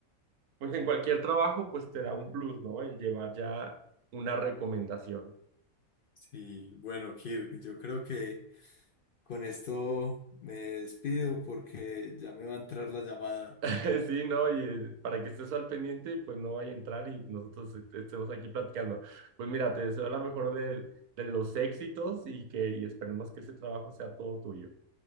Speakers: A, on the right (about 85°); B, on the left (about 75°).
A: pues en cualquier trabajo, pues te da un plus, ¿no? El llevar ya una recomendación.
B: Sí, bueno, Kirk, yo creo que con esto me despido porque ya me va a entrar la llamada.
A: <laughs> Sí, no, y eh, para que estés al pendiente, pues no vaya a entrar y nosotros est- estemos aquí platicando. Pues mira, te deseo la mejor del- de, los éxitos y que y esperemos que ese trabajo sea todo tuyo.